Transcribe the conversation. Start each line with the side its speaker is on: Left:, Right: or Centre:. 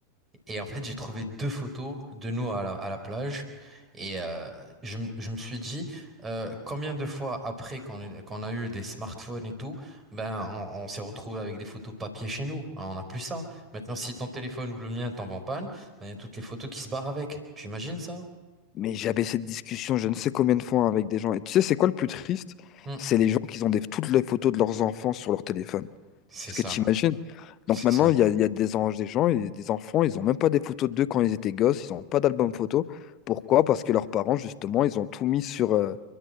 Right: Et en fait, j'ai trouvé deux photos de nous à la, à la plage. Et euh, je, m- je me suis dit, euh, combien de fois après qu'on est- qu'on a eu des smartphones et tout, ben on, on s'est retrouvé avec des photos papier chez nous. Hein, on n'a plus ça. Maintenant, si ton téléphone ou le mien tombe en panne, ben, il y a toutes les photos qui se barrent avec. Tu imagines ça?
Left: Mais j'avais cette discussion, je ne sais combien de fois, hein, avec des gens. Et tu sais, c'est quoi le plus triste?
Right: Hmm.
Left: C'est les gens qui ont des, toutes les photos de leurs enfants sur leur téléphone.
Right: C'est
Left: Est-ce
Right: ça,
Left: que tu imagines?
Right: c'est
Left: Donc maintenant,
Right: ça,
Left: il y a, il y a des, en- des gens, et des enfants, ils ont même pas des photos d'eux quand ils étaient gosses, ils n'ont pas d'album photo. Pourquoi? Parce que leurs parents, justement, ils ont tout mis sur, euh,